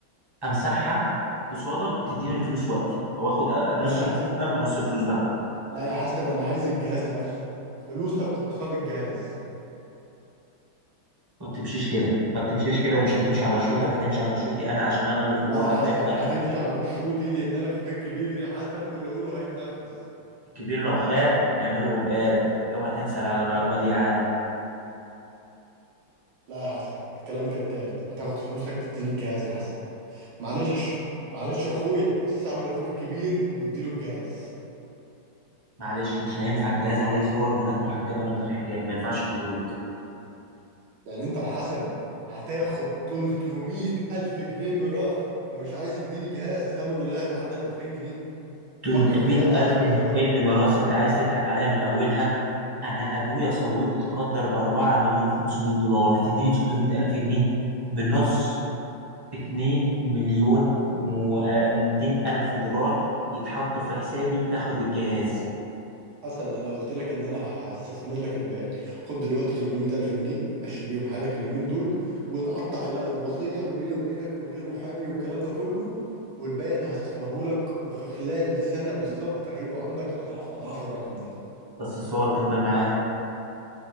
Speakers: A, on the right; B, on the right.
A: امسحها قصادك وتديني الفلوس وقتي او اخد
B: لا
A: نص
B: يا حسن
A: الفلوس قبل ونص الفلوس بعد
B: لا يا حسن انا عايز الجهاز نفسه فلوسك قصاد الجهاز
A: ما بتمشيش كده ما بتمشيش كده ومش هتمشي على شروطك هتمشي على شروطي انا عشان انا اللي في
B: لا
A: الوضع
B: يا حسن
A: ده ده الامر
B: هتمشي على شروطي لان انا اخوك الكبير يا حسن واللي اقوله هيتنفذ
A: الكبير لو خاب نعمله عقاب اوعى تنسى على المعلومه دي يا علي
B: لا يا حسن الكلام كالتالي هتاخد فلوسك تديني الجهاز يا حسن معلش معلش يا اخويا استعمل اخوك الكبير واديله الجهاز
A: معلش مش هينفع الجهاز عليه صور بنات محجبه من غير حجاب ما ينفعش اديهولك
B: يعني انت يا حسن هتاخد 300 الف جنيه ميراث ومش عايز تديني جهاز ثمنه لا يتعدى ال 2000 جنيه
A: 300000
B: فكر فيها يا حسن واحسبها
A: جنيه
B: كويس
A: اللي ميراث انت عايز تضحك عليا من اولها انا ابويا ثروته تقدر باربعة مليون خمسمائة دولار هتديني 300 الف جنيه بالنص 2 مليون و200 الف دولار يتحطوا في حسابي تاخد الجهاز
B: حسن انا قلت لك ان انا هستثمر لك الباقي خد دلوقتي 300 الف جنيه مشي بيهم حالك اليومين دول ونقطع ال- الوصيه من بيني وبينك ومن غير محامي والكلام ده كله والباقي انا هستثمره لك وفي خلال سنه بالظبط هيبقوا عندك اضعاف اضعاف الرقم ده
A: بس الصورة تفضل معايا